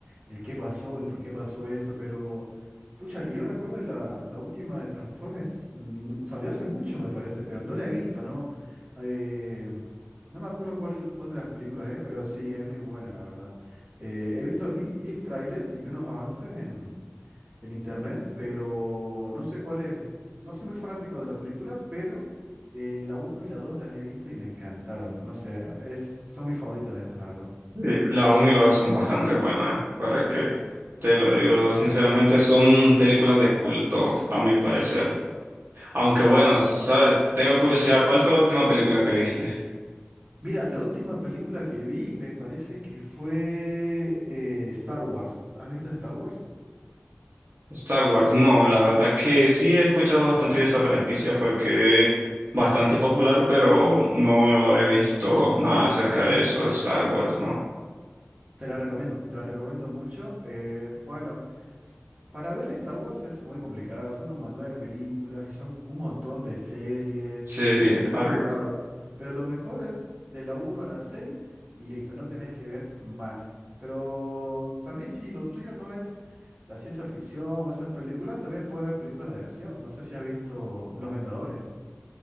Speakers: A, on the right (about 30°); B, on the right (about 60°).
A: el qué pasó, el por qué pasó eso, pero pucha, que yo recuerde la, la última de Transformers, mm, salió hace mucho me parece, pero no la he visto, ¿no? Eh, no me acuerdo cuál, cuál de las películas es, pero sí, es muy buena, la verdad. Eh, he visto, vi, vi el tráiler y vi unos avances el internet, pero no sé cuál es. No soy muy fanático de la película, pero eh, la uno y la 2 las he visto y me encantaron. No sé, es, son mis favoritas esas, la verdad.
B: Sí, La 1 y la 2 son bastante buenas, para que te lo digo sinceramente, son películas de culto, a mi parecer. Aunque bueno, ¿sabes? Tengo curiosidad, ¿cuál fue la última película que viste?
A: Mira, la última película que vi me parece que fue eh, Star Wars. ¿Has visto Star Wars?
B: Star Wars. No, la verdad que sí he escuchado bastante de esa franquicia porque es bastante popular, pero no he visto nada acerca de eso, Star Wars, ¿no?
A: Te la recomiendo, te la recomiendo mucho. Eh, bueno, s- para ver Star Wars es muy complicada, son como nueve películas y son un montón de series,
B: Sí,
A: es complicado,
B: algo-
A: pero lo mejor es de la uno a la 6 y listo, no tenés que ver más. Pero también si lo tuyo no es la ciencia ficción o esas películas, también puedes ver películas de acción. No sé si has visto Los Vengadores.